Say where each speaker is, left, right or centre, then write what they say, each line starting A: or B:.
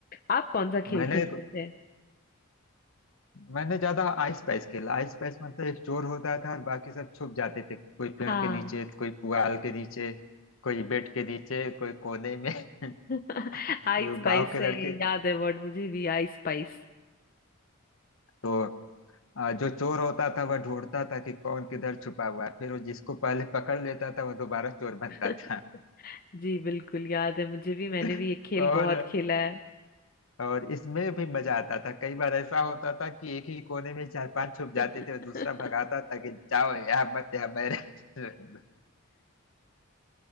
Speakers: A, on the left; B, on the left.
A: आप कौन सा खेल
B: मैंने
A: खेलते थे
B: मैंने ज्यादा आइस पाइस खेला आइस पाइस मतलब एक चोर होता था और बाकी सब छुप जाते थे कोई
A: हाँ
B: पेड़ के नीचे कोई पुआल के नीचे कोई बेड के नीचे कोई कोने में <laughs>
A: <laughs> आई
B: वो
A: स्पाइस
B: गांव के लड़के
A: है ये, याद है वर्ड मुझे भी आई स्पाइस
B: तो अ, जो चोर होता था वह ढूंढता था कि कौन किधर छुपा हुआ है फिर वो जिसको पहले पकड़ लेता था वह दोबारा चोर बनता
A: <laughs>
B: था
A: जी बिल्कुल याद है मुझे भी मैंने
B: <laughs>
A: भी ये खेल
B: और
A: बहुत खेला है
B: और इसमें भी मजा आता था कई बार ऐसा होता था कि एक ही कोने में चार पांच छुप जाते
A: <laughs>
B: थे और दूसरा भगाता था कि जाओ यहाँ मत यहाँ मैं रह-